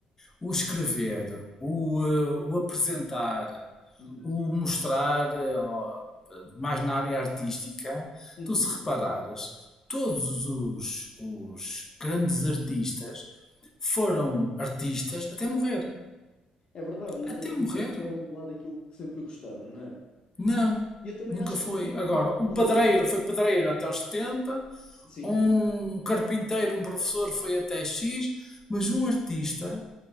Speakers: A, on the left; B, on the left.
A: O escrever, o, eh, o apresentar,
B: Uhum.
A: o mostrar, eh, ó, mais na área artística,
B: Uhum.
A: tu se reparares, todos os, os grandes artistas foram artistas até morrer.
B: É verdade, nunca,
A: Até morrer.
B: nunca deram de lado aquilo que sempre gostaram, não é?
A: Não,
B: E eu também
A: nunca
B: acho,
A: foi.
B: eu sinto
A: Agora,
B: isso,
A: um
B: estás
A: padreiro
B: a ver?
A: foi padreiro até aos setenta
B: Sim,
A: um carpinteiro, um professor foi até X, mas um artista